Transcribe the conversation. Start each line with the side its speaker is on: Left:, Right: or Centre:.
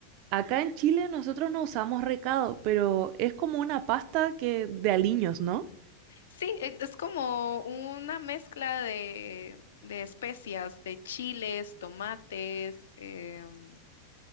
Right: Acá en Chile nosotros no usamos recado, pero es como una pasta que de aliños, ¿no?
Left: Sí, e- es como una mezcla de, de especias, de chiles, tomates, em,